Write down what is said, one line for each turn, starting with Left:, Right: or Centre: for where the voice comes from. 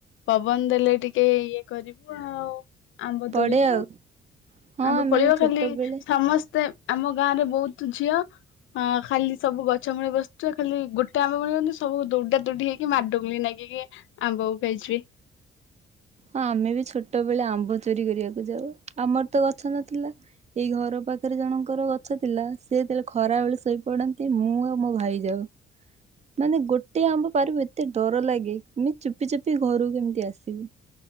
Left: ପବନ ଦେଲେ ଟିକେ ଇଏ କରିବୁ ଆଉ ଆମ୍ବ ତୋଳିବୁ,
Right: ପଡେ ଆଉ ହଁ
Left: ଆମ୍ବ
Right: ଆମେ
Left: ପଡିବ
Right: ବି ଛୋଟବେଳେ
Left: ଖାଲି ସମସ୍ତେ ଆମ ଗାଁରେ ବହୁତ ଝିଅ ଅ ଖାଲି ସବୁ ଗଛ ମୂଳେ ବସି ଛୁଆ ଖାଲି ଗୋଟେ ଆମ୍ବ ପଡ଼ିବନି ତ ସବୁ ଦୌଡା ଦୌଡି ହେଇକି ମାଡାଗୋଳି ନାଗିକି ଆମ୍ବକୁ ଖାଇଯିବେ।
Right: ହଁ ଆମେ ବି ଛୋଟ ବେଳେ ଆମ୍ବ ଚୋରି କରିବାକୁ ଯାଉ, ଆମର ତ ଗଛ ନଥିଲା। ଏଇ ଘର ପାଖରେ ଜଣଙ୍କର ଗଛ ଥିଲା, ସେ ଯେତେବେଳେ ଖରାବେଳେ ଶୋଇ ପଡନ୍ତି ମୁଁ ଆଉ ମୋ ଭାଇ ଯାଉ ମାନେ ଗୋଟେ ଗୋଟେ ଆମ୍ବ ପାରିବୁ ଏତେ ଡର ଲାଗେ ଆମେ ଚୁପି ଚୁପି ଘରକୁ କେମିତି ଆସିବୁ।